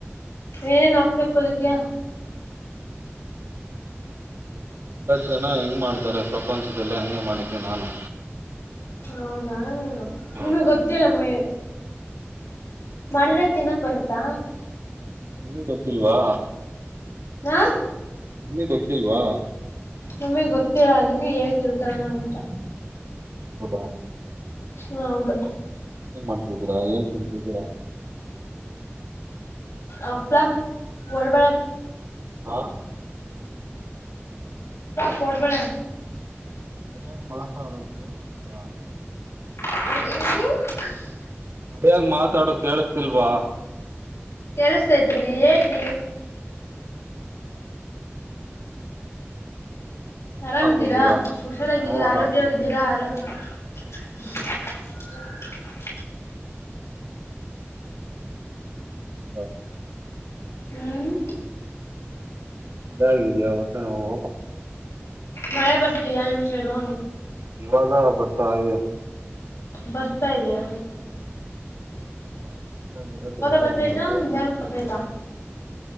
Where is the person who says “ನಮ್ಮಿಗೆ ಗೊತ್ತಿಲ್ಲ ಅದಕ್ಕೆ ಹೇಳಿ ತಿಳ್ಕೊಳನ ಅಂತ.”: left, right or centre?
Left